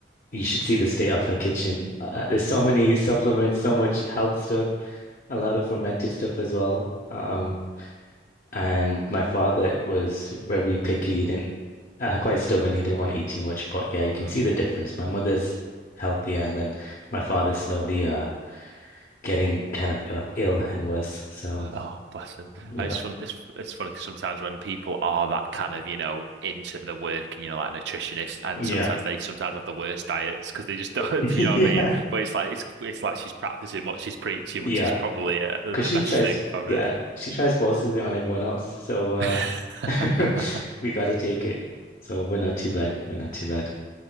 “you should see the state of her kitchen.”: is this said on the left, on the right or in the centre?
Left